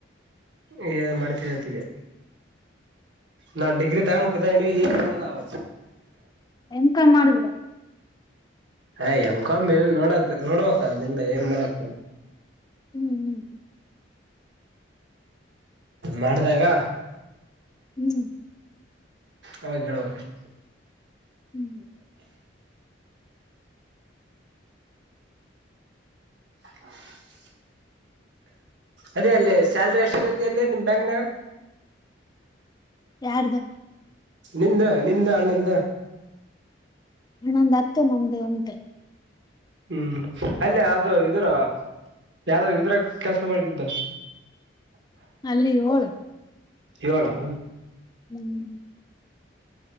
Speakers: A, on the right; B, on the left.
A: ಏನ್ ಮಾಡ್ತೀರಿ ಅತ್ತಿಗೆ. ನಾ ಡಿಗ್ರಿ ತೊಗೊಂಡ ಕೂತ್ಕೊಂಡೇನಿ ಏನ್ ಮಾಡೋದ್ ಆವ.
B: ಎಂ ಕಾಮ್ ಮಾಡಿಬಿಡ್.
A: ಏ ಎಮ್ ಕಾಮ್ ನೋಡದ ನೋಡನ ಅಕ್ಕಾ ಅದಿಂದ ಏನ್ ಮಾಡಕ್.
B: ಹ್ಮ್ ಹ್ಮ್.
A: ಮಾಡಿದಾಗ.
B: ಹ್ಮ್.
A: ಅವಾಗ ಹೇಳುವಕಷ್ಟೆ.
B: ಹ್ಮ್.
A: <unintelligible> ಅದೇ ಅಲ್ಲಿ ಸ್ಯಾಲ್ರಿ ಎಷ್ಟ ಸಿಗ್ತೇತಿ ಅಲ್ಲಿ ನಿಮ್ ಬ್ಯಾಂಕ್ನ್ಯಾಗ.
B: ಯಾರ್ದ.
A: ನಿಮ್ದ ನಿಂದ ಅಣ್ಣಂದ.
B: ನಂದ ದತ್ತ ಗೊಂಬೆ ಅಂತ.
A: ಹ್ಮ್ ಅಲ್ಲೇ ಅದು ಇದ್ರ ಯಾವ್ದ ಇದ್ರ ಕೆಲಸ ಮಾಡ್ತಿದ್ದ.
B: ಅಲ್ಲಿ ಹೋಳ.
A: ಯೋಲಾ.
B: ಹ್ಮ್ಮ್.